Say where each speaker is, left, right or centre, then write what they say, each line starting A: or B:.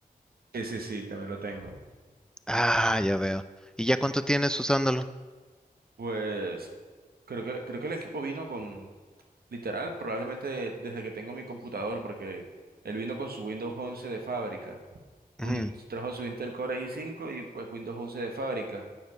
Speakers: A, on the right; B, in the centre.
A: Sí, sí, sí, también lo tengo.
B: Ah, ya veo. ¿Y ya cuánto tienes usándolo?
A: Pues creo que, creo que el equipo vino con, literal, probablemente desde que tengo mi computador, porque él vino con su Windows once de fábrica Uni-
B: Ujú.
A: trajo su Intel Core i5 y pues Windows 11 de fábrica,